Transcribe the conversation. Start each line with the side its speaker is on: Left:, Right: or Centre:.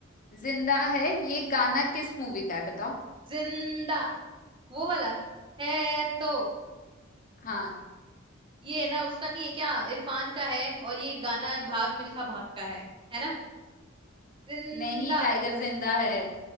Left: जिंदा है ये गाना किस मूवी का है बताओ
Right: जिंदा वो वाला है तो
Left: हाँ
Right: ये है ना उसका नहीं है क्या इरफान का है और ये गाना भाग मिल्खा भाग का है है ना जिंदा
Left: नहीं टाइगर जिंदा है